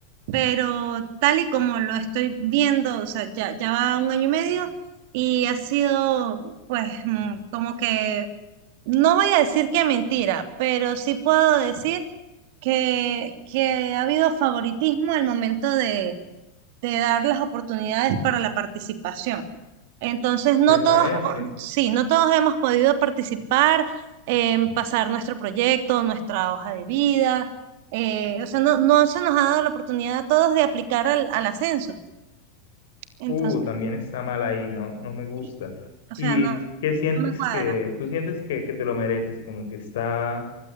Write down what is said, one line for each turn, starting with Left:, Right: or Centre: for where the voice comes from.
Right: Pero tal y como lo estoy viendo, o sea, ya, ya va un año y medio y ha sido pues mm, como que no voy a decir que mentira, pero sí puedo decir que, que ha habido favoritismo al momento de, de dar las oportunidades para la participación. Entonces, no
Left: ¿te parece?
Right: todos, po- sí, no todos hemos podido participar, em, pasar nuestro proyecto, nuestra hoja de vida. eh, o sea, no, no se nos ha dado la oportunidad a todos de aplicar al, al ascenso. Entonces,
Left: Uh, también está mal ahí, no, no me gusta.
Right: sí, o
Left: ¿Y
Right: sea, no,
Left: qué sientes
Right: no me cuadra.
Left: que, tú sientes que, que te lo mereces, como que está,